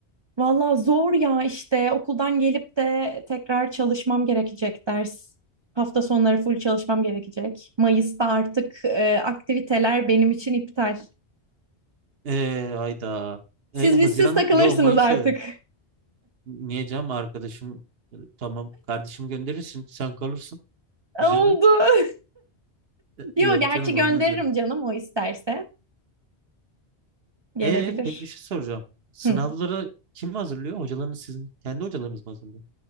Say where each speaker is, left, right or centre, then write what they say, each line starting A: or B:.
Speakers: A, on the right; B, on the right.
A: Valla zor ya işte okuldan gelip de tekrar çalışmam gerekecek ders. Hafta sonları full çalışmam gerekecek. Mayıs'ta artık e, aktiviteler benim için iptal.
B: E, hayda.
A: Siz
B: E, Haziran,
A: biz siz takılırsınız
B: yo Mayıs'ta
A: artık.
B: dedim. Niye canım arkadaşım? E, tamam kardeşim gönderirsin. Sen kalırsın.
A: <laughs>
B: Bize
A: Oldu.
B: ne? E,
A: Yo
B: yok
A: gerçi
B: canım
A: gönderirim
B: olmaz öyle.
A: canım o isterse gelebilir.
B: E, peki bir şey soracağım. Sınavları
A: Hı.
B: kim hazırlıyor? Hocalarınız sizin kendi hocalarınız mı hazırlıyor?